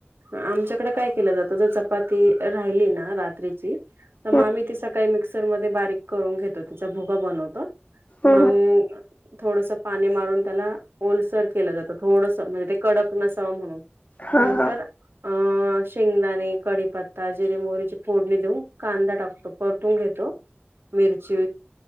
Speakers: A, on the right; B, on the left.
A: आमच्याकडे काय केलं जातं तर चपाती राहिली ना रात्रीची तर मग
B: हम्म
A: आम्ही ति सकाळी मिक्सरमध्येध्ये बारीक करून घेतो तिचा भुगा बनवतो.
B: हम्म
A: मग थोडस पाणी मारून त्याला ओलसर केलं जातं थोडस म्हणजे कडक नसावा म्हणून
B: हा
A: नंतर
B: हा
A: शेंगदाणे कढीपत्ता जिरे मोरीची फोडणी देऊन कांदा टाकतो परतून घेतो. मिरची.